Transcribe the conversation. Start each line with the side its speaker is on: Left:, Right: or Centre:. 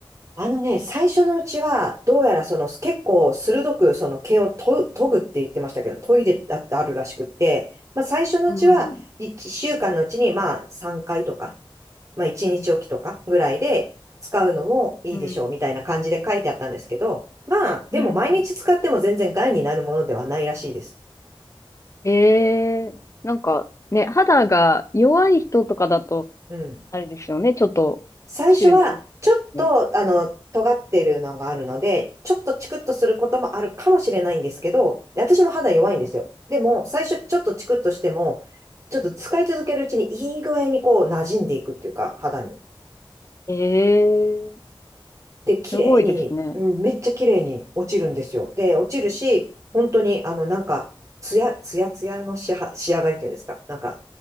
Right: あのね、最初のうちは、どうやらその結構鋭くその毛をと研ぐって言ってましたけど、研いでだってあるらしくって、まあ最初のうちは1週間のうちにまあ3回とか、
Left: うん。
Right: まあ1日おきとかぐらいで使うのもいいでしょうみたいな感じで書いてあったんですけど、
Left: うん。
Right: まあでも毎日使っても全然害になるものではないらしいです。
Left: うん。ええなんかね、肌が弱い人とかだと、
Right: うん。
Left: あれですよね、ちょっと、
Right: 最初は、
Left: 週に何回かに
Right: ちょっと、あの、尖ってるのがあるので、ちょっとチクッとすることもあるかもしれないんですけど、で私も肌弱いんですよ。
Left: うん
Right: でも、最初ちょっとチクッとしても、ちょっと使い続けるうちにいい具合にこう馴染んでいくっていうか、肌に。
Left: ええ
Right: で、綺麗に、
Left: すごいですね。
Right: うん、めっちゃ綺麗に落ちるんですよ。で、落ちるし、本当に、あの、なんか、ツヤ、ツヤツヤの仕は、仕上がりっていうんですか。なんか、